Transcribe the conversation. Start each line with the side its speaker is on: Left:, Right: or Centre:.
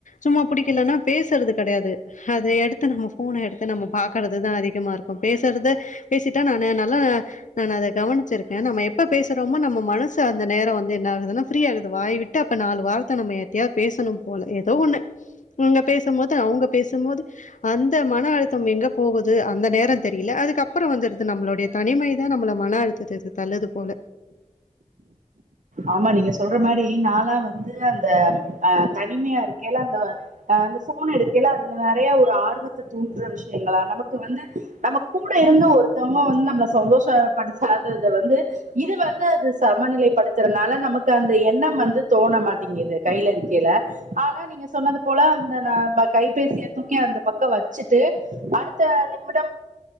Left: சும்மா புடிக்கலனா பேசுறது கெடையாது அத எடுத்து நம்ம ஃபோன எடுத்து நம்ம பாக்குறதுதா அதிகமா இருக்கு பேசுறது பேசிட்டா நானு நல்லா நான் அத கவனச்சிருக்கே நம்ம எப்ப பேசுறோமோ நம்ம மனசு அந்த நேர வந்து என்னாகுதுனா ஃப்ரீ ஆகுது வாய்வி ட்டு அப்ப நாலு வார்த்த நம்ம யார்ட்டயா பேசணு போல எதோ ஒன்னு நீங்க பேச மோது அவங்க பேச மோது அந்த மன அழுத்தம் எங்க போகுது அந்த நேர தெரில அதுக்கப்பறோ வந்துருது நம்மளுடைய தனிமை நம்மள மன அழுத்தத்த இது தள்ளுது போல
Right: ஆமா நீங்க சொல்ற மாரி நாலா வந்து அந்த அ தனிமையா இருக்கைல அந்த அந்த ஃபோன எடுக்கல அதுல நெறய ஒரு ஆர்வத்து தூன்ற விஷயங்களா நமக்கு வந்து நம்ம கூட இருந்து ஒருத்தவங்க வந்து நம்மள சந்தோஷ படுத்தாத அது வந்து இது வந்து அது சமநிலைப்படுத்த னால நமக்கு அந்த எண்ண வந்து தோண மாட்டீங்குது கைல இறிக்கில ஆனா நீங்க சொன்னது போல அந்த ந கைபேசிய தூக்கி அந்த பக்க வச்சுட்டு அடுத்த நிமிட